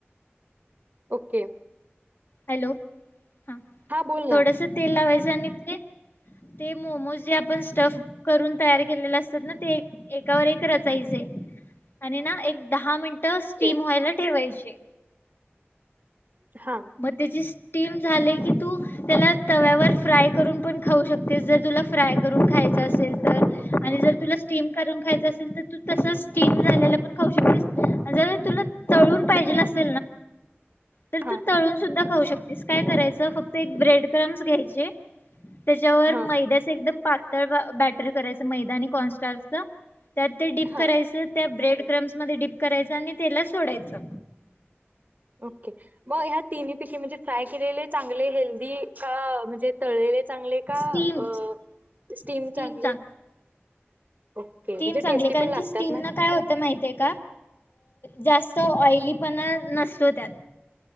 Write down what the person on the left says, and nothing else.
हॅलो. हा
थोडस तेल लावायचं. जाने ते मोमोजे आपण स्टफ करून तयार केले असतात ते एकावर रचायचे आणि एक दहा मिन. टस
स्टीम व्हायला ठेवायची.
मग त्याची टीम- झाले की तू त्याला तव्यावर फ्राय करून पण खाऊ शकतेस जर- तुला फ्राय करून खायचं असेल तर आणि जर- तुला स्टीम करून खायचा असेल तर तू तसाच टीम झालेला पण खाऊ शकतो ना ट. तर
तू. तळून सुद्धा खाऊ शकतेस काय करायचं फक्त एक ब्रेड क्रम्स घ्यायचे. त्याच्यावर
मैद्याच एकदम पातळ व बॅटर करायच. मैदानी कॉन्स्टचं त्यात ते डीिप
करायचं त्या ब्रेड विक्रममध्ये डीप करायचा आणि तेलात सोडायचं
स्टीम
स्टील
चांगली
कारण
की स्टीम
न काय होत माहिती आहे का जास्त ऑली पण नसतो त्यात